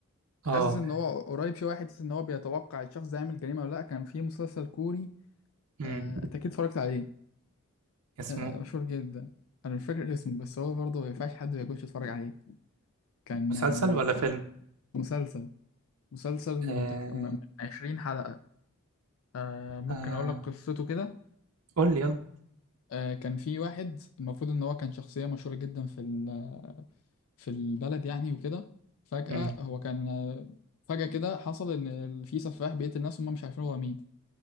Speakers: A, on the left; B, on the right.
A: حاسس
B: اه
A: ان هو قريب شويه حته ان هو بيتوقع الشخص ده يعمل جريمه ولا لا كان في مسلسل كوري
B: امم
A: آه انت اكيد اتفرجت عليه
B: اسمه
A: آه مشهور جدا انا مش فاكر اسمه بس هو برضه ما ينفعش حد ما يكونش اتفرج عليه كان
B: مسلسل
A: آه
B: ولا
A: كان
B: فيلم
A: مسلسل مسلسل متك...
B: آه
A: م- من 20 حلقه آه ممكن
B: آه
A: اقول لك قصته كده
B: قول لي يلا
A: آه، كان في واحد المفروض ان هو كان شخصية مشهورة جدا في ال- في البلد يعني وكده فجأة
B: امم
A: هو كان آه، فجأة كده حصل ان ال- في سفاح بيقتل الناس وهم مش عارفين هو مين